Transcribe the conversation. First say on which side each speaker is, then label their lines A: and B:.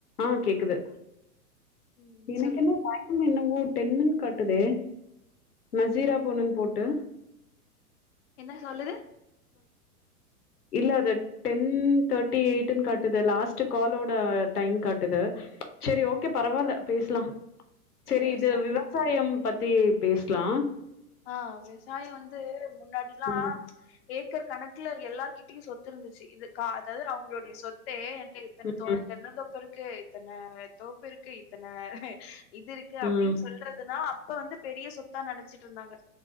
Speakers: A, on the left; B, on the left.
A: ஆ கேக்குது
B: ம்
A: எனக்கு
B: சொல்லுங்க
A: என்ன டைம் என்னவோ டென்னுன்னு காட்டுதே நா சீரோபோனுனு போட்ட
B: என்ன சொல்லுது
A: இல்ல அது டென் தேட்டி எயிட்ன்னு காட்டுது லாஸ்ட்டு காலோட டைம் காட்டுது சேரி ஓகே பரவால்ல பேசலா சேரி
B: பேசலாம்
A: இது விவசாயம் பத்தி பேசலா
B: ஆ விசாயோ வந்து முன்னாடிலா
A: ம்.
B: ஏக்கர் கணக்குல எல்லார்கிட்டயு சொத்து இருந்துச்சு இது காத அவுங்களுடைய சொத்தே என்ட்ட இத்தண
A: ம்.
B: தோ தென்னந்தோப்பு இருக்கு இத்தன தோப்பு இருக்கு இத்தன இது இருக்கு அப்டின்னு
A: ம்.
B: சொல்றதுதா அப்ப வந்து பெரிய சொத்தா நனைச்சிட்டு இருந்தாங்க